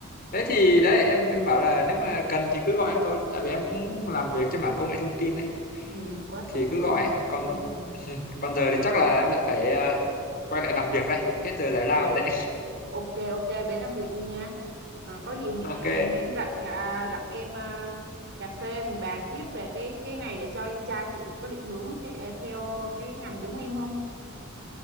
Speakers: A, on the left; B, on the right.
A: đấy thì đấy em em bảo là nếu mà cần thì cứ gọi em thôi tại vì em cũng làm việc trên mảng công nghệ thông tin đấy
B: Ừ, quá
A: thì
B: tốt
A: cứ
B: luôn.
A: gọi còn
B: Ừ,
A: <laughs> còn giờ thì chắc là em lại phải à, quay lại làm việc đây hết giờ giải
B: ừ.
A: lao rồi đấy
B: Ok, ok, bé làm việc đi nha. Ờ, có gì hẹn
A: <laughs> ok
B: à, hẹn rảnh à, gặp em à, cà phê mình bàn tiếp về cái cái này để cho em trai chị có định hướng the, theo cái ngành giống em không?